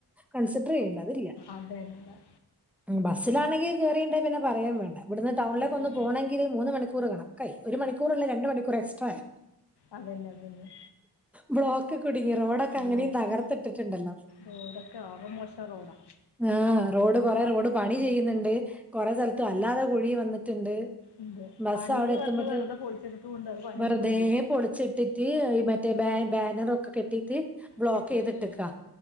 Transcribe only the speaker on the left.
അത് തന്നെ എട
പറയും
അതെന്നെ അതെന്നെ
ബ്ലോക്ക്
റോഡൊക്കെ ആകെ മോശം റോഡാ
ആ,
എന്ത്
പണിന്ന്
പറഞ്ഞ് വെറുതെ പൊളിച്ചിട്ടുണ്ട് അത് പണിയെടുക്കൂല
കെട്ടിവെച്ചിരിക്കും